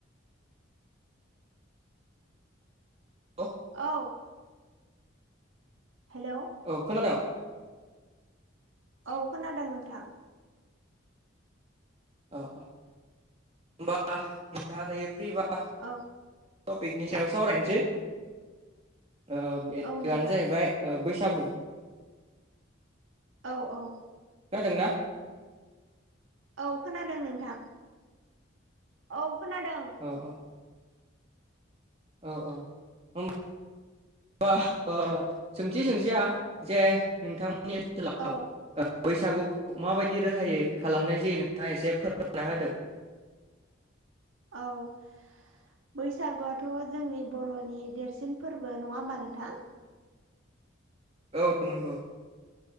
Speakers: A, on the right; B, on the right.
A: औ
B: औ हेलौ
A: औ खोनादों
B: औ खोनादों नोंथां
A: औ अ होनबा नोंथाङा दायो फ्रिबा
B: औ
A: टपिकनि सायाव सावरायनोसै ओ बे थफिकयानो
B: औ नोंथां
A: जाहैबाय ओ बैसागु
B: औ औ
A: खोनादों ना
B: औ खोनादों नोंथां औ खोनादों
A: अ अ औ औ होम बा ओ सोंथि सोंथिया जे नोंथांमोननि ओनसोलाव
B: औ
A: बैसागुखौ माबायदि राहायै खालामनाय जायो नोंथाङा एसे फोरमना होदो?
B: औ बैसागुआथ' जोंनि बर'नि देरसिन फोरबो नङा होमबा नोंथां
A: औ नंगौ